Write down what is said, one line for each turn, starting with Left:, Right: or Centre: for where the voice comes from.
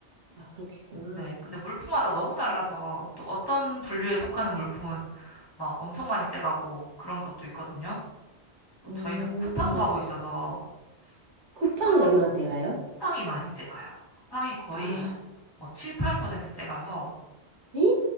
Right: 아, 그렇겠구나.
Left: 네. 근데 물품마다 너무 달라서 또 어떤 분류에 속하는 물품은 막 엄청 많이 떼가고 그런 것도 있거든요. 또
Right: 음,
Left: 저희는 쿠팡도 하고 있어서
Right: 쿠팡은
Left: 쿠팡,
Right: 얼마나 떼가요?
Left: 쿠팡이 많이 떼가요. 쿠팡이 거의
Right: 아,
Left: 뭐 7, 8%떼 가서
Right: 이?